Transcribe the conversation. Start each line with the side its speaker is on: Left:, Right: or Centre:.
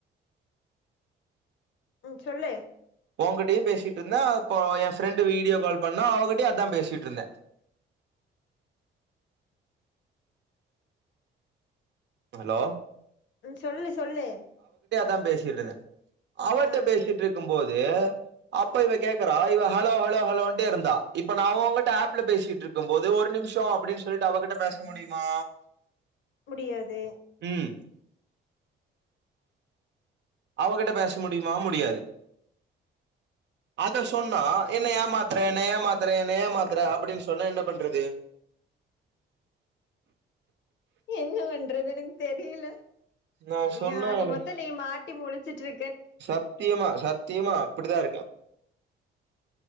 Left: ம் சொல்லு
Right: உங்கிட்டயு பேசிட்டு இருந்த அப்போ எ ஃப்ரெண்டு வீடியோ கால் பண்ணா அவகிட்டயு அதா பேசிட்டு இருந்த ஹலோ
Left: ம் சொல்லு சொல்லு
Right: தான் பேசிட்டுருந்த அவட்ட
Left: ஆ
Right: பேசிட்டு இருக்கும் போது அப்ப இவ கேக்கிறா இவ ஹலோ ஹலோ ஹலோண்டே இருந்தா இப்ப நா உன்கிட்ட ஆப்ல பேசிட்டு இருக்கும்போது ஒரு நிமிஷோ அப்டின்னு சொல்ட்டு அவகிட்ட பேச முடியுமா
Left: முடியாது
Right: ம் அவகிட்ட பேச முடியுமா முடியாது அத சொன்னா என்ன ஏமாத்தற என்ன ஏமாத்தற என்ன ஏமாத்தற அப்டின்னு சொன்னா என்ன பண்றது
Left: என்ன பண்றது எனக்கு தெரில
Right: நா
Left: நீ
Right: சொன்னா
Left: ஆக
Right: எனக்கு
Left: மொத்தோ நீ மா ட்டி முழிச்சிட்டுரு
Right: சத்தியமா சத்தியமா அப்படிதா இருக்க